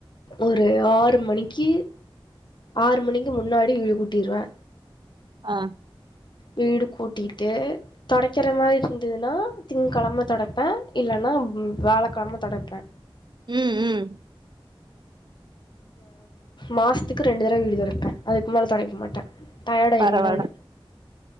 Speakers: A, on the left (about 50°); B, on the right (about 50°).
A: ஒரு ஆறு மணிக்கி ஆறு மணிக்கு முன்னாடி வீடு கூட்டிருவே
B: ஆ
A: வீடு கூட்டிட்டு தொடைக்கிற மாரி இருந்ததுன்னா திங் கெழம தொடப்பே இல்லன்னா வியாழக்கெழம தொடப்பே
B: ம் ம்
A: மாசத்துக்கு ரெண்டு தடவ வீடு தொடப்பே அதுக்கு மேல தொடைக்க மாட்டே டயர்ட் ஆயிருவே
B: பரவால்ல
A: நானு